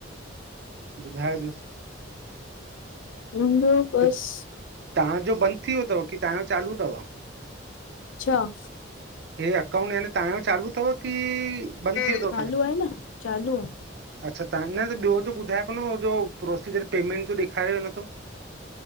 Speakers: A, on the right; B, on the left.
A: ॿुधाए ॿियो?
B: ईंदो बस
A: त तव्हांजो बंद थी वियो त, कि तव्हांजो चालू तव?
B: छा?
A: हे अकाउंट याने तव्हांजो चालू तव की बंद थी वियोे
B: चालू
A: तव तांजो?
B: आहे न चालू आहे
A: अच्छा तां न त ॿियो त ॿुधाए पियो न हो जो प्रोसीजर पेमेंट जो ॾेखारेव न तो।